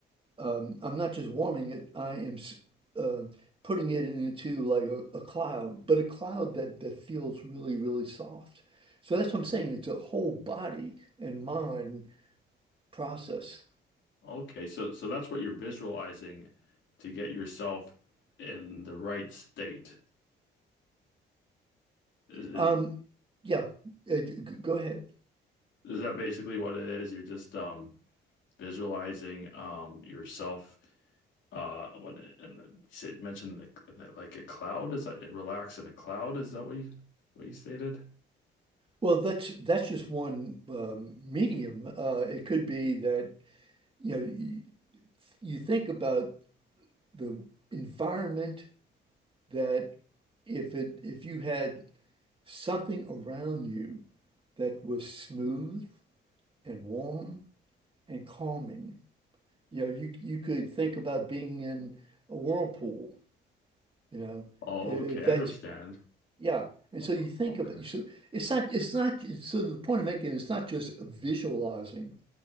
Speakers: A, on the right; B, on the left.
A: um, I'm not just warming it, I am s- uh, putting it into like a, a cloud, but a cloud that, that feels really, really soft. So that's what I'm saying. It's a whole body and mind process.
B: Okay, so so that's what you're visualizing to get yourself in the right state. Is is,
A: Um, yeah, uh, g- go ahead.
B: is that basically what it is? You're just um visualizing um yourself uh what and then you said- mentioned the, like a cloud. Is that relax in a cloud? Is that what you what you stated?
A: Well, that's that's just one um, medium. Uh, it could be that you know you, you think about the environment that if it if you had something around you that was smooth and warm and calming. You know, you you could think about being in a whirlpool, you know,
B: Okay,
A: if that's
B: I understand.
A: yeah. And
B: O-
A: so you think
B: Okay.
A: about so it's not it's not so the point I'm making is it's not just visualizing,